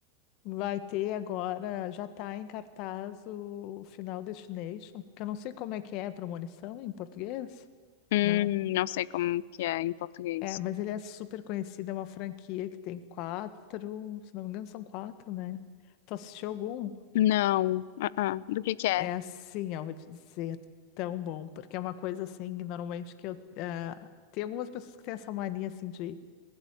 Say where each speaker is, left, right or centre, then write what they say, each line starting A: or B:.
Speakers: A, on the left; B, on the left.
A: Vai ter agora, já está em cartaz o Final Destination, que eu não sei como é que é a premonição em português.
B: Hum,
A: Não.
B: não sei como que é em português.
A: É, mas ele é super conhecido, é uma franquia que tem quatro, se não me engano, são quatro, né? Tu assistiu algum?
B: Não. ah, ah. Do que que é?
A: É assim, eu vou te dizer, é tão bom, porque é uma coisa assim, normalmente que eu. ah, tem algumas pessoas que têm essa mania assim de